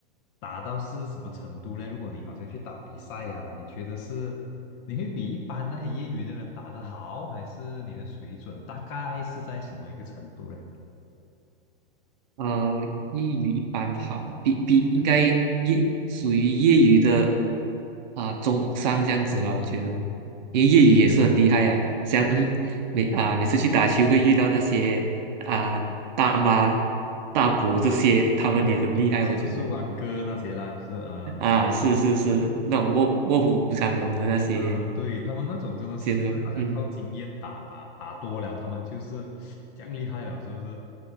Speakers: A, on the left (about 25°); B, on the right (about 50°).
A: 打到是什么程度呢？如果你好像去打比赛呀、你觉得是你会比一般那些业余的人打得好，还是你的水准大概是在什么一个程度呢？
B: 嗯、呃，业余一般好，比比应该业属于业余的啊、中上这样子吧，我觉得，因为业余也是很厉害啊，
A: 嗯，
B: 像每啊、每次去打球会遇到那些啊、大妈、大伯这些，他们也很厉害，
A: 那我也叔叔、
B: 我觉得
A: 安哥那些啦，就是嗯
B: 啊，是是是，那种卧卧虎藏龙的那些，
A: 嗯，对，他们那种真的是就是好像靠经验打打打多了，
B: 些人，嗯。
A: 他们就是这样厉害了，是不是？